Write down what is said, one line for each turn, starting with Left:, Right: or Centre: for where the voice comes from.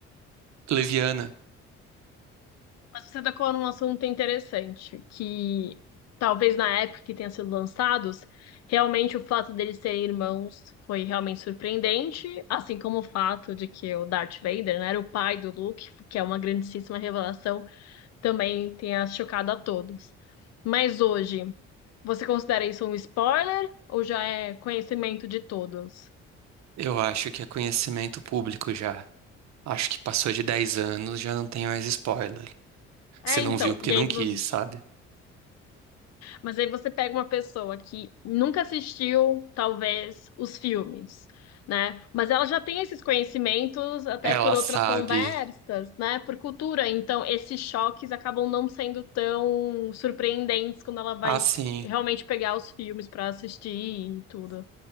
Right: leviana.
Left: Mas você tocou num assunto interessante, que talvez na época que tenha sido lançados, realmente o fato deles serem irmãos foi realmente surpreendente, assim como o fato de que o Darth Vader, né, era o pai do Luke, que é uma grandíssima revelação também tenha chocado a todos. Mas hoje, você considera isso um spoiler ou já é conhecimento de todos?
Right: Eu acho que é conhecimento público já. Acho que passou de 10 anos, já não tem mais spoiler.
Left: É,
Right: Você
Left: então,
Right: não viu porque
Left: e
Right: não
Left: aí,
Right: quis,
Left: vo-
Right: sabe?
Left: mas aí você pega uma pessoa que nunca assistiu, talvez, os filmes, né? Mas ela já tem esses conhecimentos até
Right: Ela
Left: por outras
Right: sabe.
Left: conversas, né? Por cultura. Então, esses choques acabam não sendo tão surpreendentes quando ela vai
Right: Ah, sim.
Left: realmente pegar os filmes para assistir e tudo.